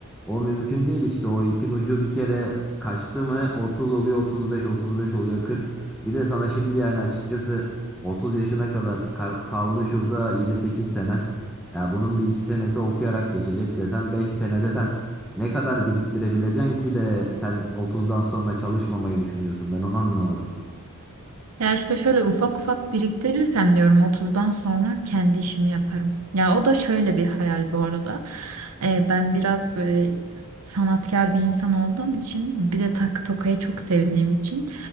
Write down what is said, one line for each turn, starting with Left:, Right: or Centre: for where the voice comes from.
Centre: o mümkün değil işte o ipin ucu bir kere kaçtı mı Otuz oluyor otuz beş, otuz beş oluyor 40 bir de sana şimdi yani açıkçası 30 yaşına kadar kal- kaldı şurada yedi sekiz senen ya bunun bir iki senesi okuyarak geçecek desem 5 senede sen ne kadar biriktirebileceksin ki de sen otuzdan sonra çalışmamayı düşünüyorsun ben onu anlamadım.
Right: Ya işte şöyle ufak ufak biriktirirsem diyorum 30'dan sonra kendi işimi yaparım. Ya o da şöyle bir hayal bu arada. Ee, ben biraz böyle sanatkar bir insan olduğum için bir de takı tokayı çok sevdiğim için